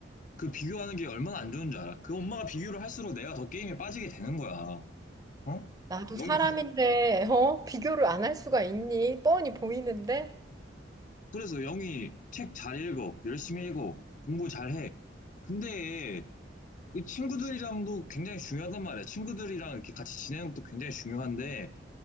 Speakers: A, on the left; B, on the right.
A: 그 비교하는 게 얼마나 안 좋은 줄 알아? 그 엄마가 비교를 할수록 내가 더 게임에 빠지게 되는 거야. 어?
B: 나도 사람인데
A: 영희
B: 어? 비교를 안 할 수가 있니? 뻔히 보이는데.
A: 그래서 영희 책 잘 읽어, 열심히 읽어, 공부 잘 해. 근데 그 친구들이랑도 굉장히 중요하단 말이야. 친구들이랑 이렇게 같이 지내는 것도 굉장히 중요한데